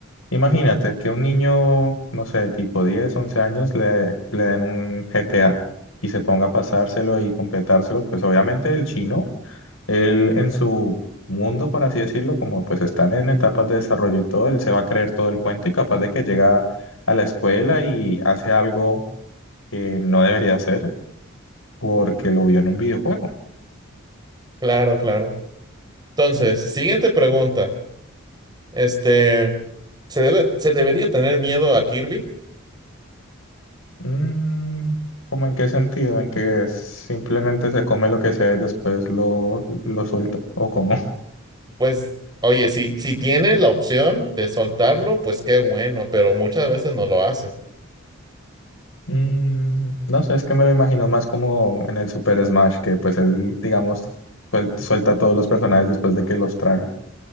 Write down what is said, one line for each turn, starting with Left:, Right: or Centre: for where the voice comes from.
Left: Imagínate que un niño, no sé, tipo 10, 11 años le, le den un GTA y se ponga a pasárselo y completárselo, pues obviamente el chino, él en su mundo, por así decirlo, como pues están en etapas de desarrollo y todo, él se va a creer todo el cuento y capaz de que llega a la escuela y hace algo que no debería hacer porque lo vio en un videojuego.
Right: Claro, claro. Entonces, siguiente pregunta. Este, ¿se debe, se debería tener miedo a Kirby?
Left: Mm, ¿cómo en qué sentido? ¿En que simplemente se come lo que sea y después lo, lo suelta? ¿O cómo?
Right: Pues, oye, si, si tiene la opción de soltarlo, pues qué bueno, pero muchas veces no lo hace.
Left: Mm, no sé, es que me lo imagino más como en el Super Smash, que pues él, digamos, suel- suelta a todos los personajes después de que los traga.